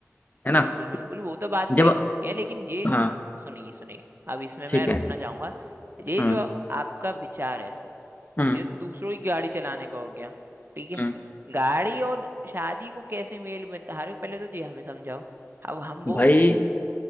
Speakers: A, on the left (about 35°); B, on the right (about 45°).
A: है ना
B: बिल्कुल बिल्कुल वो तो बात
A: जब
B: सही है लेकिन ये
A: हाँ
B: सुनिए सुनिए अब इसमें
A: ठीक
B: मैं रोकना
A: है
B: चाहूंगा ये
A: हम्म
B: जो आपका विचार है
A: हम्म
B: ये तो दूसरों की गाड़ी चलाने का हो गया ठीक है
A: हम्म
B: गाड़ी और शादी को कैसे मेल बता रहे हो पहले तो ये हमें समझाओ अब हम वो
A: भाई
B: उसमें